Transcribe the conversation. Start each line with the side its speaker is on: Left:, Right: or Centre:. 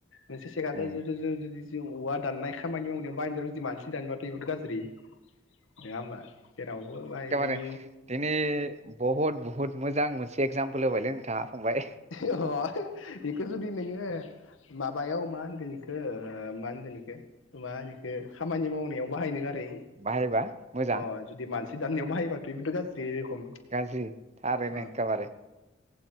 Left: मोनसे सेखाखो
Right: उम
Left: जुदि जों जुद औवा दाननाय खामानि मावनायाव बाहायो जुदि मानसि दानबाथ' बेबो गाज्रि नङा होमबा जेरावबो बाहाय
Right: बारे
Left: नों
Right: दिनै बहुत बहुत मोजां मोन एगजामपोल होबायलै नोंथाङा फंबाय
Left: अ बेखौ जुदि नोङो माबायाव मा होनगोन इखो ओ मा होनगोन इखौ मा होनो इखो खामानि मावनायाव बाहायनो गार नै
Right: बाहायबा मोजां
Left: अ जुदि मानसि दाननायाव बाहाय बेबोथ' गाज्रि रोखम
Right: गाज्रि थारैनो
Left: अ
Right: एखेबारे